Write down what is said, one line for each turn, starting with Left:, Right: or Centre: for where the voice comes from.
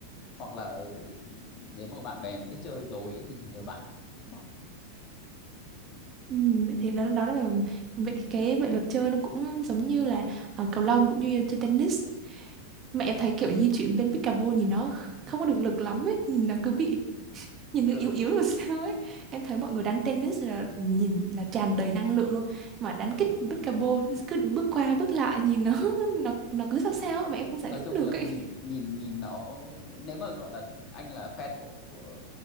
Left: hoặc là ừ, nếu mà bạn bè mình biết chơi rồi ấy, thì mình nhờ bạn tung bóng
Right: Ừ, vậy thì đó, đó là vậy thì cái vậy luật chơi nó cũng giống như là ờ, cầu lông cũng như là chơi tennis nhưng mà em thấy kiểu di chuyển bên pickleball nhìn nó không có được lực lắm ấy nhìn nó cứ bị nhìn
Left: ừ
Right: nó yếu yếu rồi <laughs> sao ấy em thấy mọi người đánh tennis là nhìn là tràn đầy năng lượng luôn mà đánh kích pickleball cứ bước qua bước lại nhìn nó <laughs> nó nó cứ sao sao ấy, mà em không giải
Left: nói
Right: thích
Left: chung
Right: được
Left: là nhìn
Right: ấy
Left: nhìn nhìn nó nếu mà gọi là anh là fan của của